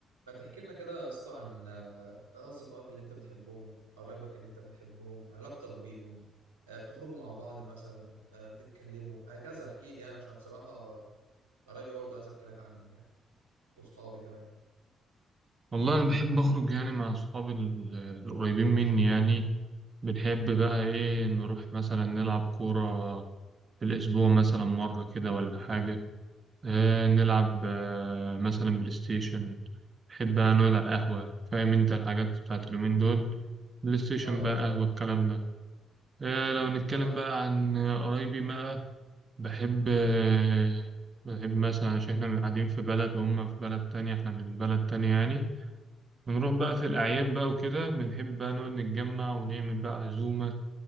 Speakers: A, on the right (about 80°); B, on the right (about 40°).
A: ما تحكي لنا كده يا اسطى عن آه، أصدقائك اللي أنت بتحبهم، قرايبك اللي أنت بتحبهم، علاقتك بيهم، آه، بتخرجوا مع بعض مثلا، آه، بتتكلموا، هكذا احكي لي يعني عشان بصراحة قرايبي برضه عايز أحكي لك عنهم يعني، وأصحابي كمان.
B: والله أنا بحب أخرج يعني مع أصحابي ال- القريبين مني يعني بنحب بقى إيه نروح مثلا نلعب كورة في الأسبوع مثلا مرة كده ولا حاجة آه نلعب آه مثلا بلاي ستيشن بحب بقى نقعد على القهوة فاهم أنت الحاجات بتاعت اليومين دول بلاي ستيشن
A: أه
B: بقى
A: أه
B: قهوة الكلام ده آه لو نتكلم
A: أنا
B: بقى عن قرايبي بقى بحب آه بحب مثلا عشان إحنا قاعدين في بلد وهم في بلد تانية إحنا من بلد تانية يعني بنروح بقى في الأعياد بقى وكده بنحب بقى نقعد نتجمع ونعمل بقى عزومة